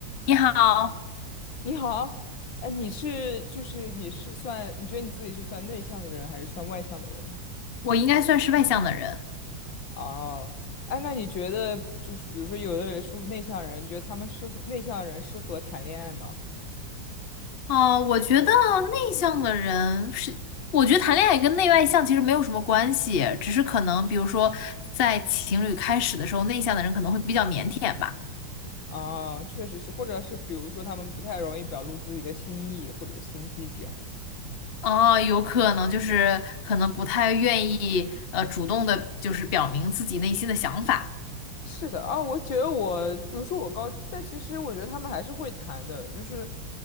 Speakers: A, on the left; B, on the left.
A: 你好，
B: 你好，哎，你是就是你是算，你觉得你自己是算内向的人还是算外向的人呢？
A: 我应该算是外向的人。
B: 哦，哎，那你觉得就是比如说有的人是内向人，你觉得他们适合内向人适合谈恋爱吗？
A: 哦、我觉得内向的人是，我觉得谈恋爱跟内外向其实没有什么关系，只是可能比如说在情侣开始的时候，内向的人可能会比较腼腆吧。
B: 啊，确实是，或者是比如说他们不太容易表露自己的心意或者心机这样。
A: 哦、有可能就是可能不太愿意呃主动的，就是表明自己内心的想法。
B: 是的，啊，我觉得我，比如说我高，但其实我觉得他们还是会谈的，就是